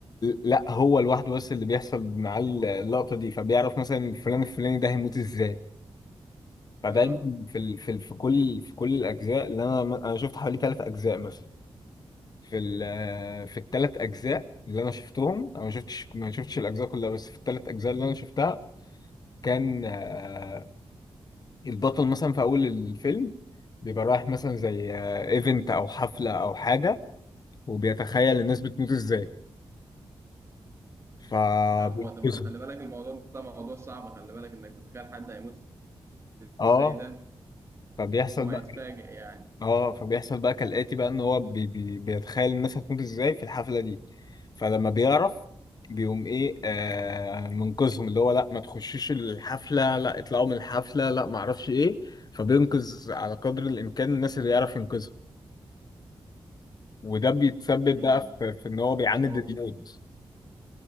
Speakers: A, on the left (about 45°); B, on the right (about 30°).
A: لا هو لوحده بس اللي بيحصل معاه اللقطة دي فبيعرف مثلا الفلان الفلاني ده هيموت ازاي فدايما
B: اه
A: في ال... في ال... في كل في كل الأجزاء اللي أنا أنا شفت حوالي ثلاث أجزاء مثلا في ال... في الثلاث أجزاء اللي أنا شفتهم أنا ما شفتش ما شفتش الأجزاء كلها بس في الثلاث أجزاء اللي أنا شفتها كان آه، البطل مثلا في أول الفيلم بيبقى رايح مثلا زي ايفنت أو حفلة أو حاجة وبيتخيل الناس بتموت ازاي فبينقذهم
B: آه، هو ده م- خلي بالك الموضوع ده موضوع صعب خلي بالك انك تتخيل حد هيموت
A: اه
B: ازاي ده
A: فبيحصل
B: وهو هيتفاجئ
A: بقى
B: يعني
A: اه فبيحصل بقى كالآتي بقى ان هو بي بي بيتخيل الناس هتموت ازاي في الحفلة دي فلما بيعرف بيقوم ايه آه منقذهم اللي هو لا ما تخشوش الحفلة لا اطلعوا من الحفلة لا ما اعرفش ايه فبينقذ على قدر الامكان الناس اللي يعرف ينقذها وده بيتسبب
B: امم
A: بقى في, في ان هو بيعاند
B: أو-
A: الموت